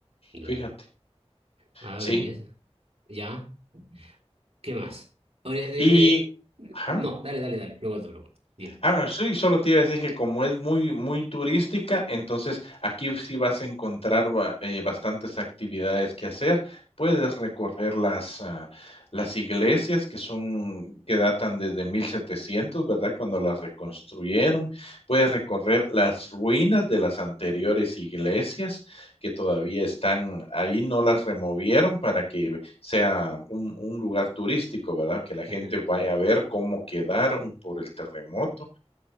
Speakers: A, on the right; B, on the left.
A: Ya.
B: fíjate.
A: Ah,
B: Sí,
A: belleza. Ya. ¿Qué más? Oye, dime,
B: y
A: eh,
B: ajá.
A: No, dale, dale, dale. Luego te pregunto. Dime.
B: Ah, sí, solo te iba a decir que como es muy, muy turística, entonces aquí sí vas a encontrar ba- eh, bastantes actividades que hacer. Puedes recorrer las, ah, las iglesias que son, que datan desde 1700, ¿verdad? Cuando las reconstruyeron. Puedes recorrer las ruinas de las anteriores iglesias que todavía están ahí, no las removieron para que sea un, un lugar turístico, ¿verdad? Que la gente
A: Ujú,
B: vaya a ver cómo quedaron por el terremoto.